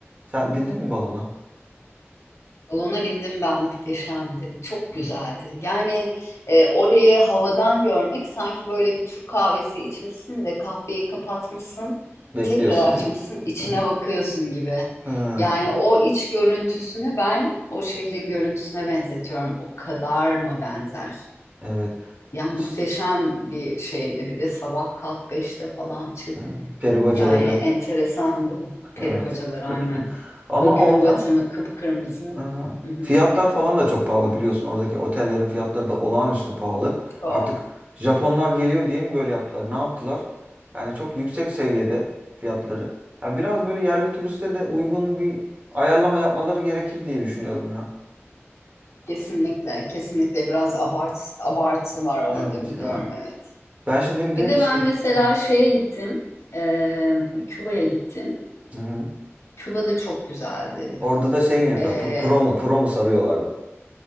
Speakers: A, on the right; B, on the left.
A: Sen bindin mi balona?
B: Balona bindim ben muhteşemdi. Çok güzeldi.
A: Hı.
B: Yani e, orayı havadan görmek sanki böyle bir Türk kahvesi içmişsin de kahveyi kapatmışsın,
A: Bekliyorsun
B: tekrar açmışsın,
A: gibi.
B: içine
A: <laughs>
B: bakıyorsun gibi.
A: Hı,
B: Yani o iç görüntüsünü ben o şehrin görüntüsüne benzetiyorum. O kadar mı benzer?
A: evet.
B: Ya muhteşem
A: Ş-
B: bir şeydi. Bir de sabah kalk beşte falan çık.
A: hı, Peri bacaları.
B: Yani enteresandı. Peri
A: Evet.
B: bacaları aynen.
A: <laughs> Ama
B: O gün
A: orada
B: batımı kıpkırmızı.
A: Aha.
B: Hı hı.
A: Fiyatlar falan da çok pahalı biliyorsun. Oradaki otellerin fiyatları da olağanüstü pahalı.
B: Çok
A: Artık Japonlar
B: çok.
A: geliyor diye mi böyle yaptılar? Ne yaptılar? Yani çok yüksek seviyede fiyatları. Ya biraz böyle yerli turiste de uygun bir ayarlama yapmaları gerekir diye düşünüyorum ya.
B: Kesinlikle kesinlikle biraz abart, abartı var orada
A: Evet
B: biliyorum
A: ya.
B: evet.
A: Ben şimdi bir de
B: Bir de
A: şey...
B: ben mesela
A: Hı.
B: şeye gittim. eee, Küba'ya gittim.
A: Hı hı.
B: Küba da çok güzeldi.
A: Orada da şey mi yapıyor?
B: E,
A: P- Pro mu, pro mu sarıyorlardı?